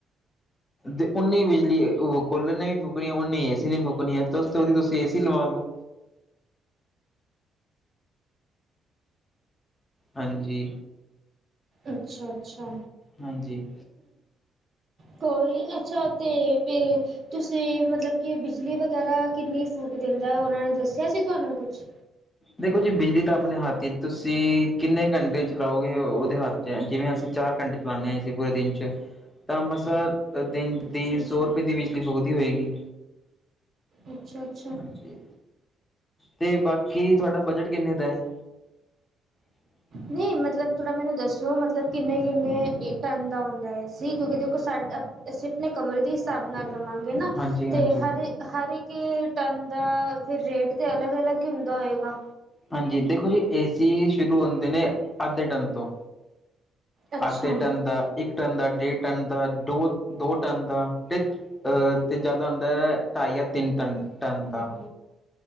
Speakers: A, on the left; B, on the right.
A: ਤੇ ਉਨੀ ਬਿਜਲੀ ਉਹ ਕੂਲਰ ਨੇ ਵੀ ਫੂਕਣੀ ਹੈ ਉਨੀ ਏਸੀ ਨੇ ਫੂਕਣੀ ਹੈ ਉਹਦੀ ਤੁਸੀਂ ਏਸੀ ਲਵਾ ਲਓ ਹਾਂਜੀ
B: ਅੱਛਾ ਅੱਛਾ
A: ਹਾਂਜੀ
B: ਕੋਈ ਅੱਛਾ ਤੇ ਫਿਰ ਤੁਸੀਂ ਮਤਲਬ ਕਿ ਬਿਜਲੀ ਵਗੈਰਾ ਕਿੰਨੀ ਫੂਕ ਦਿੰਦਾ ਉਹਨਾਂ ਨੇ ਦੱਸਿਆ ਸੀ ਤੁਹਾਨੂੰ ਕੁਛ
A: ਦੇਖੋ ਜੀ ਬਿਜਲੀ ਤਾਂ ਆਪਣੇ ਹੱਥ ਤੁਸੀਂ ਕਿੰਨੇ ਘੰਟੇ ਚਲਾਓਗੇ ਉਹਦੇ ਹੱਥ ਚ ਜਿਵੇਂ ਅਸੀਂ ਚਾਰ ਘੰਟੇ ਚਲਾੇ ਹਾਂ ਅਸੀ ਪੂਰੇ ਦਿਨ ਚ ਤਾਂ ਮਸਾ ਦਿਨ
B: ਅੱਛਾ
A: ਦੀ
B: ਅੱਛਾ।
A: ਸੌ ਰੁਪਏ ਦੀ ਬਿਜਲੀ ਫਕਦੀ ਹੋਏਗੀ
B: ਅੱਛਾ ਅੱਾ
A: ਹਾਂਜੀ ਤੇ ਬਾਕੀ ਤੁਹਾਡਾ ਬਜਟ ਕਿੰਨੇ ਦਾ ਹੈ ਹ
B: ਨਹੀਂ ਮਤਲਬ ਥੋੜ੍ਹਾ ਮੈਨੂੰ ਦੱਸਿੋ ਮਤਲਬ ਕਿੰਨੇ ਕਿੰਨੇ ਟਨ ਦਾ ਹੁੰਦਾ ਹੈ ਸੀ ਕਿਉਂਕਿ ਦੇਖੋ ਸਾਡ ਅਸੀਂ ਆਪਣੇ ਕਮਰੇ ਦੇ ਹਿਸਾਬ ਨਾਲ ਲਵਾਂਗੇ ਨਾ
A: ਹਾਂਜੀ ਹਾਂਜੀ
B: ਤੇ ਹਰੇ ਹਰ ਇੱਕ ਟਨ ਦਾ ਫਿਰ ਰੇਟ ਤੇ ਅਲੱਗ ਅਲੱਗ ਹੀ ਹੁੰਦਾ ਹੋਏਗਾ
A: ਹਾਂਜੀ ਦੇਖੋ ਜੀ ਏਸੀ ਸ਼ੁਰੂ ਹੁੰਦੇ ਨੇ ਅੱਧੇ ਟਨ ਤੋਂ
B: ਅੱਛਾ
A: ਅੱਧੇ ਟਨ ਦਾ ਇੱਕ ਟਨ ਦਾ ਡੇਢ ਟਨ ਦਾ ਦੋ ਦੋ ਟਨ ਦਾ ਅਹ ਤੇ ਜਿਆਦਾ ਆਉਂਦਾ ਹੈ ਢਾਈ ਜਾਂ ਤਿੰਨ ਟਨ ਟਨ ਦਾ